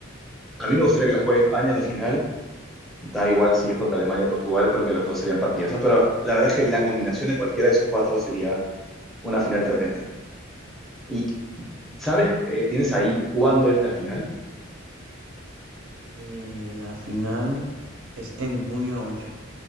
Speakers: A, in the centre; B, on the right.
A: a mí me gustaría que la juegue España en la final. Da igual si es contra Alemania o Portugal, creo que los dos serían partidazos, pero la verdad es que la combinación de cualquiera de esos cuatro sería una final tremenda. ¿Y sabes, eh, tienes ahí cuándo es la final?
B: Eh, la final es en junio ocho,